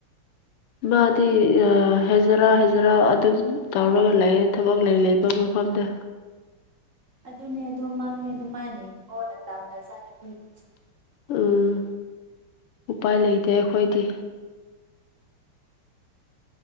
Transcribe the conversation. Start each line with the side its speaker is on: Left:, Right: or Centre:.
Left: ꯃꯥꯗꯤ ꯍꯩꯖꯔꯥ ꯍꯩꯖꯔꯥ ꯑꯗꯨꯝ ꯇꯧꯔꯒ ꯂꯩꯑ ꯊꯕꯛ ꯂꯩ ꯂꯩꯕꯕꯨ ꯐꯗ
Right: ꯑꯗꯨꯅꯦ ꯑꯗꯨ ꯃꯥꯡꯅꯦ ꯑꯗꯨ ꯃꯥꯏꯅꯩ ꯌꯦꯡꯉꯣꯅ ꯇꯥꯝꯂ ꯆꯥꯅꯦꯈꯣꯏꯒꯤꯁꯤ
Left: ꯎꯝ ꯎꯄꯥꯏ ꯂꯩꯇꯦ ꯑꯩꯈꯣꯏꯗꯤ